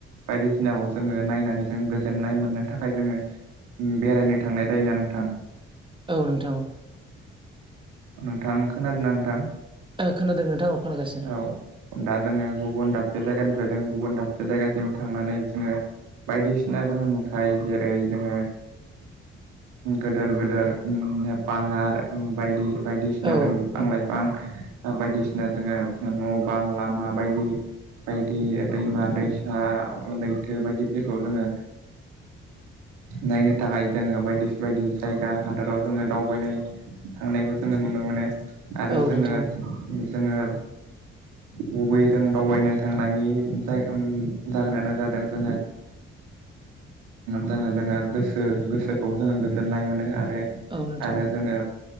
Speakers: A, on the right; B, on the right.
A: बायदिसिनाखौ जोङो नायनानै जों गोजोननाय मोननो थाखाय जोङो बेरायनो थांनाय जायोना नोंथां
B: औ नोंथां औ
A: नोंथां खोनादोंना नोंथां
B: खोनादों नोंथां खोनागासिनो
A: औ दा जोङो गुबुन दाबसे जायगानिफ्राय जों गुबुन दाबसे जायगा सिम थांनानै जोङो बायदिसिना जोङो नुथाय जेरै जोङो गोदोर गोेदेर ने फाहार बायदि बायदिसिना
B: औ
A: जों बिफां
B: औ
A: लाइफां बायदिसिना जोङो न' बां लामाबायदि बायदि दैमा दैसा लैथो बायदिफोरखौ जोङो नायनो थाखाय जोङो बायदि बायदि जायगा हादराव जोङो दावबायनाय थांनायखौ जोङो नुनो मोनो आरो
B: औ
A: जोङो
B: नोंथां
A: जोङो गुबै जों दावबायनाय थांनायनि ज जाहोनानो जादों जोङो जोङो जोङो गोसो गोसोखौ जोङो गोजोननाय मोनो आरो
B: औ नोंथां
A: आरो जोङो